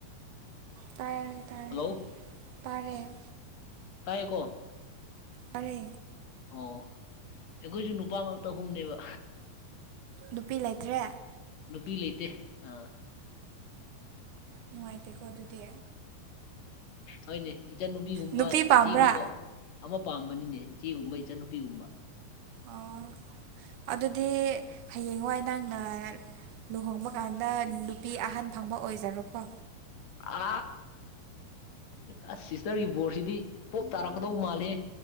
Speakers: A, on the right; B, on the left.
A: ꯇꯥꯔꯦ ꯇꯥꯔꯦ
B: ꯍꯜꯂꯣ
A: ꯇꯥꯔꯦ
B: ꯇꯥꯏꯀꯣ
A: ꯇꯥꯔꯦ
B: ꯑꯣ ꯑꯩꯈꯣꯏꯁꯨ ꯅꯨꯄꯥ ꯉꯥꯛꯇ ꯑꯍꯨꯝꯅꯦꯕ
A: ꯅꯨꯄꯤ ꯂꯩꯇ꯭ꯔꯦ
B: ꯅꯨꯄꯤ ꯂꯩꯇꯦ ꯑꯥ
A: ꯅꯨꯡꯉꯥꯏꯇꯦꯀꯣ ꯑꯗꯨꯗꯤ
B: ꯍꯅꯦ ꯏꯆꯟꯅꯨꯄꯤꯒꯨꯝꯕ
A: ꯅꯨꯄꯤ ꯄꯥꯝꯕ꯭ꯔꯥ
B: ꯏꯆꯦꯒꯨꯝꯕ ꯑꯃ ꯄꯥꯝꯕꯅꯤꯅꯦ ꯏꯆꯦꯒꯨꯝꯕ ꯏꯆꯟꯅꯨꯄꯤꯒꯨꯝꯕ
A: ꯑꯣ ꯑꯗꯨꯗꯤ ꯍꯌꯦꯡꯋꯥꯏ ꯅꯪꯅ ꯂꯨꯍꯣꯡꯕ ꯀꯥꯟꯗ ꯅꯨꯄꯤ ꯑꯍꯟ ꯐꯪꯕ ꯑꯣꯏꯖꯔꯣꯀꯣ
B: ꯑ ꯑꯁ ꯁꯤꯁꯇꯔꯒꯤ ꯕꯣꯔꯁꯤꯗꯤ ꯄꯣꯞꯇ ꯔꯛꯗꯧ ꯃꯥꯂꯦ